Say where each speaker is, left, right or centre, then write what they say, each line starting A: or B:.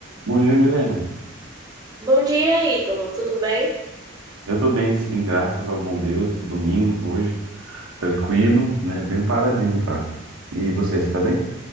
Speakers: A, on the right (about 90°); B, on the right (about 20°).
A: Bom dia, Milena.
B: Bom dia, Ítalo. Tudo bem?
A: Eu tô bem, sim, graças ao bom Deus. Domingo, hoje, tranquilo, né? Bem paradinho, tá? E você, você tá bem?